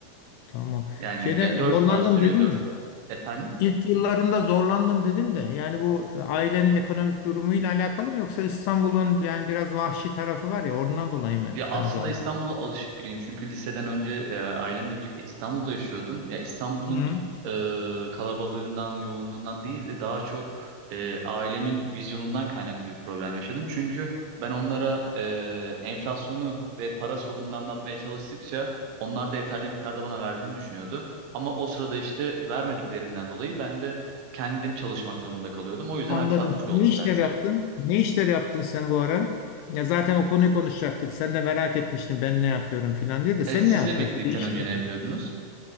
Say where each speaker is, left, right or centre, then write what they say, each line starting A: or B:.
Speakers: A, on the left; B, on the right.
A: Tamam.
B: Yani
A: Şeyde
B: ya 4
A: zorlandım
B: saat sürüyor
A: dedin
B: 4
A: mi?
B: saat. Efendim?
A: İlk yıllarında zorlandım dedin de yani bu ailenin ekonomik durumuyla alakalı mı yoksa İstanbul'un yani biraz vahşi tarafı var ya ondan dolayı mı
B: Ya
A: sen
B: aslında
A: zorlandın?
B: İstanbul'a alışık biriyim. Çünkü liseden önce e, ailemle birlikte İstanbul'da yaşıyordum. Ya İstanbul'un
A: Hı,
B: e, kalabalığından, yoğunluğundan değil de daha çok e, ailemin vizyonundan kaynaklı bir problem yaşadım. Çünkü ben onlara e, enflasyonu ve para sorununu anlatmaya çalıştıkça onlar da yeterli miktarda bana verdiğini düşünüyordu. Ama o sırada işte vermediklerinden dolayı ben de kendim çalışmak zorunda kalıyordum. O yüzden
A: anladım.
B: aksatmış oldum
A: Ne işler
B: dersleri.
A: yaptın? Ne işler yaptın sen bu ara? Ya zaten o konuyu konuşacaktık. Sen de merak etmiştin ben ne yapıyorum filan diye de sen
B: E, siz
A: ne yapıyorsun?
B: emeklilikten
A: Bir de iş
B: önce
A: yapıyorsun.
B: ne yapıyordunuz?